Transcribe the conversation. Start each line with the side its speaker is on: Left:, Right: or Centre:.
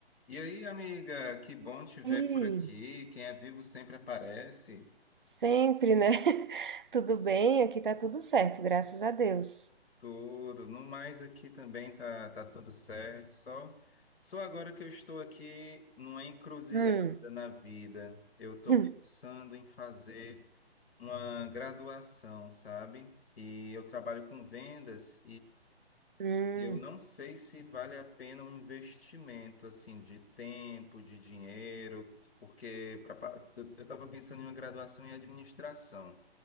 Left: E aí, amiga, que bom te ver
Right: E
Left: por aqui. Quem é vivo sempre aparece.
Right: sempre, né? <laughs> Tudo bem, aqui tá tudo certo, graças a Deus.
Left: Tudo. No mais aqui também tá, tá tudo certo. Só, só agora que eu estou aqui numa encruzilhada
Right: Hum.
Left: na vida. Eu estou
Right: <laughs>
Left: pensando em fazer uma graduação, sabe? E eu trabalho com vendas
Right: Hum.
Left: Eu
Right: Hum.
Left: não sei se vale a pena um investimento assim de tempo, de dinheiro, porque pra, pa- eu estava pensando em uma graduação em administração,